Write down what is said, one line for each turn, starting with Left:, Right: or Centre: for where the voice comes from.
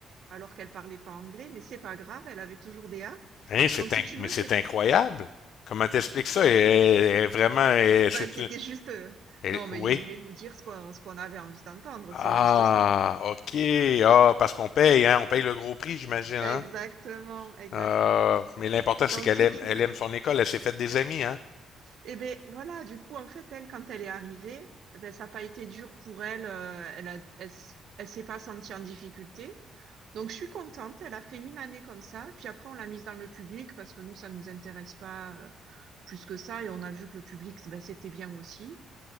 Right: alors qu'elle parlait pas anglais, mais c'est pas grave, elle avait toujours des A.
Left: Hein, c'est
Right: Donc, si
Left: inc-
Right: tu
Left: mais
Right: veux,
Left: c'est incroyable. Comment t'expliques ça? Elle- elle- elle est vraiment, elle-
Right: Bah,
Left: c'est
Right: c'était
Left: une-
Right: juste. euh,
Left: elle-
Right: Non, mais
Left: oui.
Right: il voulait nous dire ce qu'on ce qu'on avait envie d'entendre,
Left: Ah,
Right: c'est juste ça.
Left: ok. Ah, parce qu'on paye, hein. On paye le gros prix, j'imagine, hein.
Right: Exactement, exactement.
Left: Ah, mais l'important,
Right: Donc,
Left: c'est qu'elle
Right: si
Left: aime,
Right: tu
Left: elle
Right: veux.
Left: aime son école. Elle s'est faite des amis, hein.
Right: Eh ben voilà, du coup, en fait, elle, quand elle est arrivée, eh ben, ça n'a pas été dur pour elle. euh, elle a, elle, s- elle s'est pas sentie en difficulté. Donc, je suis contente. Elle a fait une année comme ça. Puis après, on l'a mise dans le public parce que nous, ça nous intéresse pas euh, plus que ça. Et on a vu que le public, ben, c'était bien aussi.